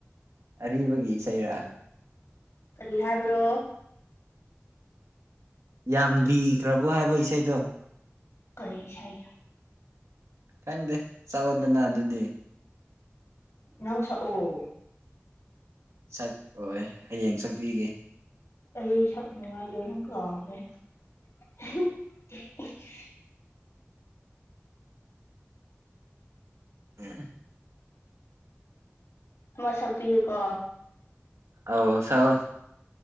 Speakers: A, on the right (about 80°); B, on the left (about 85°).
A: ꯑꯔꯤꯕꯒꯤ ꯏꯁꯩꯔꯥ
B: ꯀꯔꯤ ꯍꯥꯏꯕ꯭ꯔꯣ
A: ꯌꯥꯝ ꯂꯤꯈ꯭ꯔꯕꯣ ꯍꯥꯏꯕ ꯏꯁꯩꯗꯣ
B: ꯀꯔꯤ ꯏꯁꯩ
A: ꯈꯪꯗꯦ ꯆꯥꯛꯑꯣꯗꯅ ꯑꯗꯨꯗꯤ
B: ꯅꯪ ꯁꯛ ꯑꯣ
A: ꯁꯛ ꯑꯣꯏ ꯍꯌꯦꯡ ꯁꯛꯄꯤꯒꯦ
B: ꯑꯩ ꯁꯛꯅꯤꯉꯥꯏ ꯂꯣꯏꯅ ꯀꯥꯎꯈ꯭ꯔꯦ ꯍꯦ ꯍꯦ ꯍꯦ
A: ꯎꯝ
B: ꯑꯃ ꯁꯛꯄꯤꯌꯨꯀꯣ
A: ꯑꯥꯎ ꯁꯥꯛ ꯑꯣ